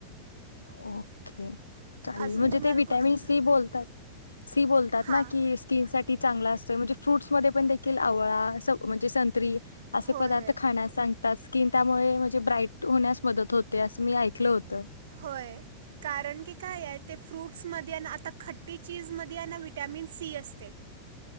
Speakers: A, on the left (about 75°); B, on the right (about 60°).
A: अ <inaudible> चालेल
B: अजून
A: म्हणजे
B: तुम्हाला
A: ते विटॅमिन
B: कुठली
A: सी बोलतात सी बोलतात
B: हां
A: ना की स्किन साठी चांगला असतोय म्हणजे फ्रूट्समध्ये पण ते आवळा स म्हणजे संत्री. असे
B: होय
A: पदार्थ खाण्यास सांगतात. स्किन त्यामुळे म्हणजे ब्राईट होण्यास मदत होते असं मी ऐकलं होतं.
B: होय कारण की काय आहे ते फ्रूट्समध्ये ना आता खट्टी चीजमध्ये आहे ना विटॅमिन सी असते.